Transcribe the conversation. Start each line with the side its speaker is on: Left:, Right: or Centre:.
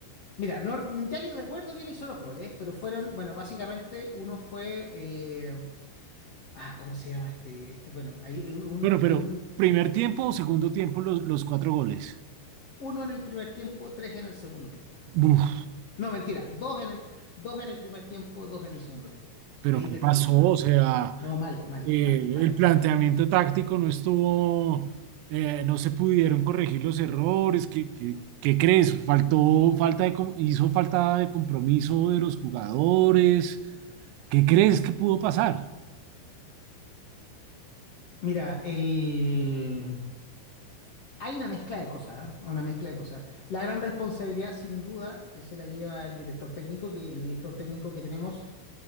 Left: mira, no, ya ni recuerdo quién hizo los goles, pero fueron. Bueno, básicamente uno fue. eh, ah, ¿cómo se llama este? Este, bueno, ahí es un,
Right: bueno, pero
Left: es un-
Right: primer tiempo o segundo tiempo los, los cuatro goles.
Left: uno en el primer tiempo, tres en el segundo tiempo.
Right: Uf,
Left: No, mentira, dos en el, dos en el primer tiempo, dos en el segundo tiempo.
Right: pero
Left: Ahí
Right: ¿qué
Left: te
Right: pasó?
Left: estoy diciendo.
Right: O sea,
Left: No, mal, mal,
Right: eh,
Left: mal, mal.
Right: el planteamiento táctico no estuvo, eh, no se pudieron corregir los errores. ¿Qué, qué- qué crees? ¿Faltó falta de, com- hizo falta de compromiso de los jugadores? ¿Qué crees que pudo pasar?
Left: Mira, el. Hay una mezcla de cosas, ¿ah? Una mezcla de cosas. La gran responsabilidad, sin duda, que se la lleva el director técnico, que el director técnico que tenemos,